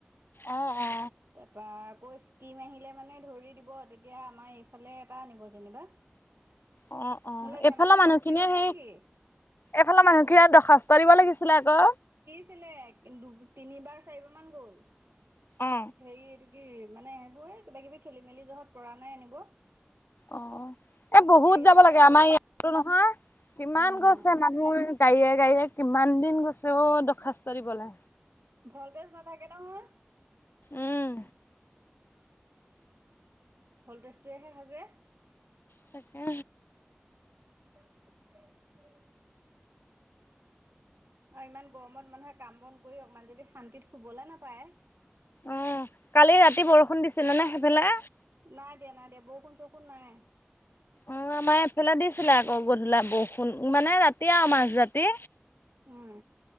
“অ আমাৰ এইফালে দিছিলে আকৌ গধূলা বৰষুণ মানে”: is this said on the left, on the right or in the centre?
Left